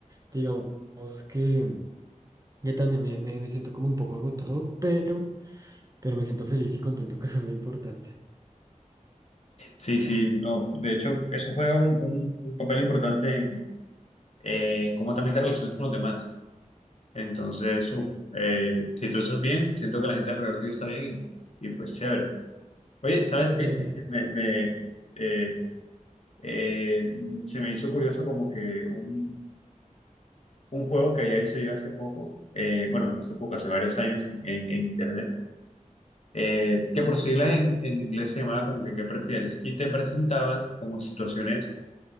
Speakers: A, on the right; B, on the left.
A: Digamos que yo también me, me, me siento como un poco agotado, pero, pero me siento feliz y contento, <laughs> que eso es lo importante.
B: Sí, sí, no. De hecho, eso juega un, un- un papel importante en, eh, en cómo también te relacionas con los demás. Entonces, uf, eh, si tú estás bien, siento que la gente alrededor tuyo está bien y, y pues chévere. Oye, ¿sabes qué?
A: Eh,
B: <laughs> Me, me, eh, eh, se me hizo curioso como que un un juego que había visto yo hace poco, eh, bueno, no hace poco, hace varios años en, en- en internet, eh, que por siglas en, en inglés se llamaba como que ¿qué prefieres? Y te presentaban como situaciones